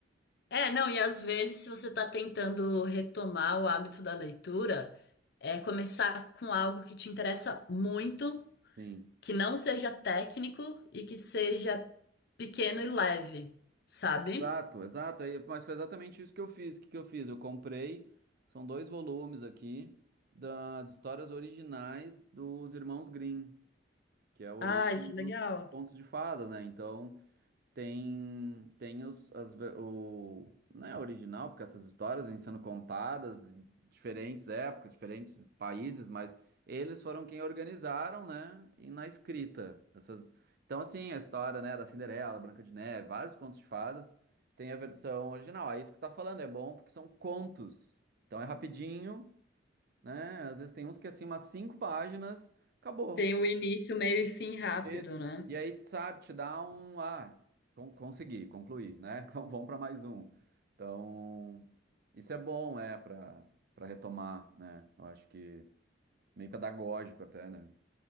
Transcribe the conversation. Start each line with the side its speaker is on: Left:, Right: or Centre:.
Left: É, não, e às vezes se você está tentando retomar o hábito da leitura, é começar com algo que te interessa muito,
Right: Sim.
Left: que não seja técnico e que seja pequeno e leve, sabe?
Right: Exato, exato. Aí, mas foi exatamente isso que eu fiz. O que que eu fiz? Eu comprei, são dois volumes aqui, das histórias originais dos Irmãos Grimm, que é a origem
Left: Ah, isso é legal.
Right: dos contos de fadas, né? Então... Tem, tem os, as, ve- o, não é original, porque essas histórias vêm sendo contadas em diferentes épocas, diferentes países, mas eles foram quem organizaram, né? E na escrita. Essas, então, assim, a história, né, da Cinderela, Branca de Neve, vários contos de fadas, tem a versão original. É isso que tá falando, é bom porque são contos. Então é rapidinho, né? Às vezes tem uns que é assim, umas cinco páginas, acabou.
Left: Tem o início, meio e fim rápido,
Right: Isso.
Left: né?
Right: E aí, sabe, te dá um. Ah, con- consegui, concluí, né? <laughs> Então vamos para mais um. Então, isso é bom, é, para para retomar, né? Eu acho que meio pedagógico até, né?